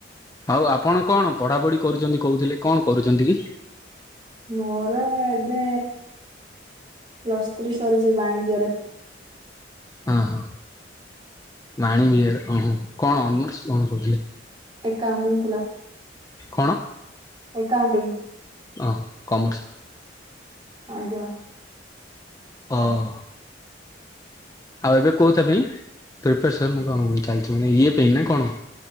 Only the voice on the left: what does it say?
ଆଉ ଆପଣ କଣ ପଢ଼ାପଢ଼ି କରୁଛନ୍ତି କହୁଥିଲେ କଣ କରୁଛନ୍ତି କି?
ହ ହଁ ମାଣ ବିହାର ହ କଣ ଅନର୍ସ କଣ କରୁଥିଲେ?
କଣ?
ଓ କମର୍ସ।
ଓହୋ। ଆଉ ଏବେ କୋଉଥି ପାଇଁ ପ୍ରିପସନ କଣ ଚାଲିଛି ମାନେ ଇଏ ପାଇଁ ନା କଣ?